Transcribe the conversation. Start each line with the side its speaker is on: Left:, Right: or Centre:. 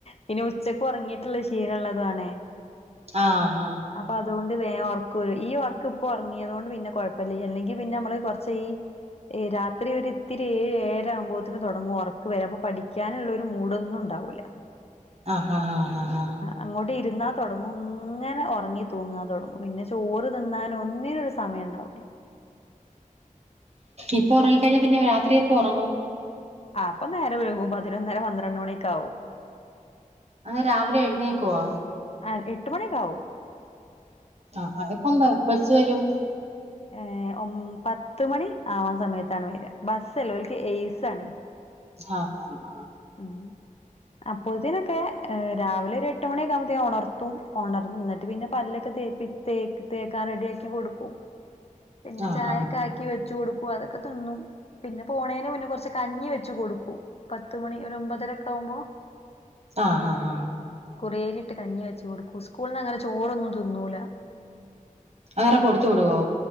Left: പിനിെ ഉച്ചക്ക് ഉറങ്ങിയിട്ടുള്ള ശീലം ഉള്ളത ആണേ.
Right: ആഹ ആഹ...
Left: അപ്പോ അതുകൊണ്ട് വേ ഉറക്ക വരും, ഈ ഉറക്ക് ഇപ്പോ ഉറങ്ങിയത കൊണ്ട് പിന്നെ കുഴപ്പമില്ല. അല്ലെങ്കിൽ പിന്നെ നമ്മള് കുറച്ച് ഈ ഏ രാത്രി ഒരിത്തിരി ഏഴേര, ആകുമ്പോ- തുടങ്ങ ഉറക്ക് വരാ, അപ്പോ പഠിക്കാനുള്ള ഒരു മൂടൊന്നും ഉണ്ടാവൂല്ല.
Right: ആഹാ ആഹാ ആഹാ ആഹ...
Left: അങ്ങോട്ട് ഇരുന്നാൽ തുടങ്ങും, ഇങ്ങനെ ഉറങ്ങി തൂങ്ങാൻ തുടങ്ങും. പിന്നെ ചോറ് തിന്നാനും ഒന്നിനും ഒരു- സമയം ഉണ്ടാവൂല്ല.
Right: ഇപ്പോ ഉറങ്ങിക്കഴിഞ്ഞാ പിന്നെ രാത്രി എപ്പ ഉറങ്ങും?
Left: ആ അപ്പോ നേരം വൈകു- പതിനൊന്നര പന്ത്രണ്ട് മണിയോക്കെ ആവു.
Right: അങ്ങ രാവിലെ എഴുന്നേക്കുവാ?
Left: ആഹാ എട്ട് മണിയൊക്കാവും.
Right: ആഹാ ആഹാ എപ്പം ബസ് വരും?
Left: ഏ ഒം പത്തു മണി ആവാൻ- സമയത്താണ് വരിക ബസ്സല്ല ഓല്ക്ക് ഏസ് ആണ്.
Right: ആഹ് ആഹ് ആഹ്.
Left: അങ്ങനെ. അപ്പോ ത്തിനൊക്കെ രാവിലൊരു- എട്ട് മണിയൊക്കെവുമ്പോത്തേക്ക്‌- ഒണർത്തും ഒണർന്നുന്നിട്ട് പിന്നെ- പല്ലൊക്കെ തേപ്പി- തേക്ക് തേക്കാൻ റെഡിയാക്കി കൊടുക്കും. പിന്നെ
Right: ആഹ്
Left: ചായൊക്കെ
Right: ആഹ്
Left: ആക്കി- ക്കി വെച്ചു കൊടുക്കൂ, അതൊക്കെ തിന്നും. പിന്നെ പോണേന് മുന്നെ കുറച്ച് കഞ്ഞി വെച്ച് കൊടുക്കും. പത്ത് മണി ഒരൊമ്പതരൊക്കാവുമ്പോ-
Right: ആഹ് ആഹ് ആഹ്
Left: കുറേരിയിട്ട് കഞ്ഞി വെച്ച് കൊടുക്കു. സ്കൂളിന്നങ്ങനെ ചോറൊന്നും തിന്നൂല.
Right: ആരെ കൊടുത്തു വിടുവോ.